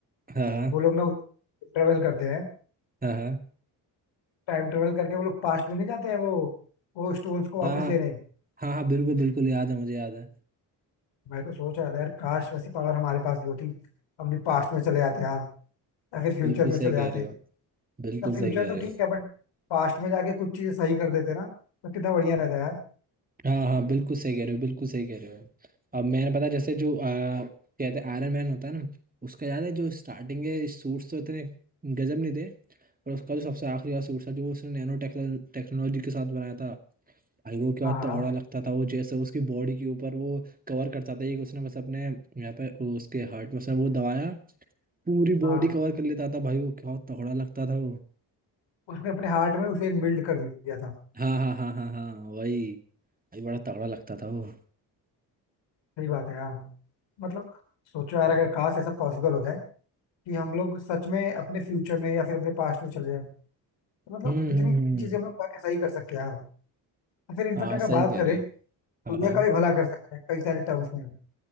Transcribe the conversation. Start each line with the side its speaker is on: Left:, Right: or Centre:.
Right: हाँ हाँ
Left: वो लोग ना ट्रेवल करते हैं
Right: हाँ हाँ
Left: टाइम ट्रेवल करके वो लोग पास्ट में नहीं जाते हैं वो वो स्टोन्स को वापस
Right: हाँ
Left: लेने
Right: हाँ हाँ बिल्कुल बिल्कुल याद है मुझे याद है
Left: मैं तो सोच रहा था यार काश वैसी पावर हमारे पास भी होती हम भी पास्ट में चले जाते यार या फिर फ्यूचर
Right: बिल्कुल
Left: में
Right: सही
Left: चले
Right: कह
Left: जाते
Right: रहे हो बिल्कुल
Left: या फ्यूचर
Right: सही कह
Left: तो
Right: रहे
Left: ठीक
Right: हो
Left: है बट पास्ट में जाके कुछ चीजें सही कर देते ना तो कितना बढ़िया रहता यार
Right: हाँ हाँ बिल्कुल सही कह रहे हो बिल्कुल सही कह रहे हो अब मैंने पता जैसे जो आ, कहते हैं आयरन मैन होता है ना उसका याद है जो स्टार्टिंग के सूट्स तो इतने गजब नहीं थे पर उसका जो सबसे आखिरी वाला सूट था जो उसने नैनो टेक्नोलॉजी के साथ बनाया था भाई वो क्या
Left: हाँ हाँ
Right: तगड़ा लगता था वो जैसे उसकी बॉडी के ऊपर वो कवर करता था एक उसने बस अपने यहाँ पे उसके हार्ट में उसने वो दबाया पूरी
Left: हाँ
Right: बॉडी कवर कर लेता था भाई वो क्या तगड़ा लगता था वो
Left: उसने अपने हार्ट में उसे इनबिल्ड कर लिया था
Right: हाँ हाँ हाँ हाँ हाँ वही भाई बड़ा तगड़ा लगता था वो
Left: सही बात है यार मतलब सोचो यार अगर काश ऐसा पॉसिबल हो जाए कि हम लोग सच में अपने फ्यूचर में या फिर अपने पास्ट में चले जाए तो मतलब
Right: हम्म
Left: कितनी
Right: हम्म हम्म
Left: चीजें हम लोग जाके सही कर सकते हैं यार और फिर इनफेक्ट
Right: हाँ
Left: अगर
Right: सही
Left: बात
Right: कह
Left: करें
Right: रहे हो
Left: दुनिया
Right: हाँ हाँ
Left: का भी भला कर सकते हैं कई सारे टर्म्स में